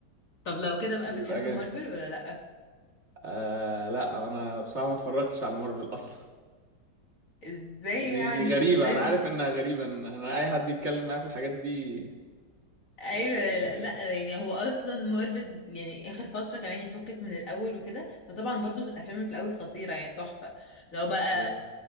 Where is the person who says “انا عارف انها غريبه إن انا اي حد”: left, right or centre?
Right